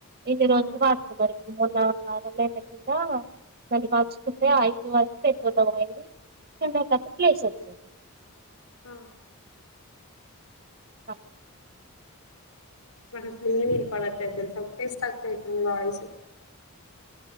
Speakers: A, on the right (about 45°); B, on the left (about 85°).
A: ఇన్ని రోజులు
B: ఆహా
A: వార్స వరకు మొన్న రెండేళ్ల కింద నది మార్చుకుంటే ఆ ఐదు వర పెద్దోల అయింది చిన్నకి ప్లేస్ వచ్చింది
B: ఆ
A: అ
B: మన <inaudible> తెలుసా స్ట్రక్ అయితాంది వాయిసు